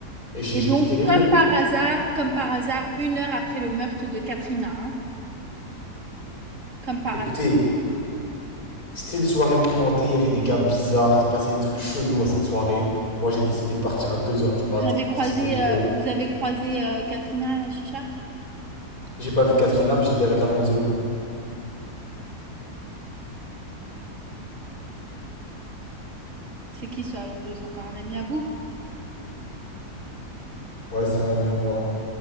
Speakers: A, on the left (about 65°); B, on the right (about 50°).
A: et j'ai
B: Et
A: j'ai
B: donc,
A: quitté les
B: comme
A: lieux.
B: par hasard, comme par hasard, une heure après le meurtre de Katrina, hein, comme par
A: Écoutez,
B: hasard.
A: C'était une soirée mouvementée, il y avait des gars bizarres, il se passait des trucs chelous à cette soirée. Moi, j'ai décidé de partir à deux heures du mat,
B: Vous avez croisé,
A: parce que c'était trop.
B: euh, vous avez croisé euh, Katrina à la chicha?
A: J'ai pas vu Katrina, mais j'étais avec Alonso.
B: C'est qui ce Alonso? C'est encore un ami à vous?
A: Ouais, c'est un ami à moi.